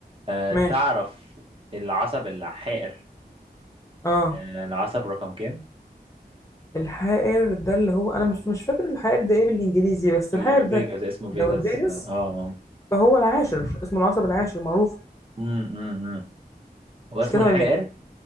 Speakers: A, on the right; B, on the left.
A: آه
B: ماشي
A: تعرف العصب الحائر
B: أه
A: آه العصب رقم كام
B: الحائر ده اللي هو أنا مش مش فاكر الحائر ده إيه بالإنجليزي بس
A: ال-
B: الحائر
A: الفيجاس
B: ده
A: اسمه فيجاس
B: لو الفيجاس
A: اه اه
B: فهو العاشر اسمه العصب العاشر معروف
A: مم، مم، مم. هو
B: مش
A: اسمه
B: كده
A: الحائر
B: ولا إيه؟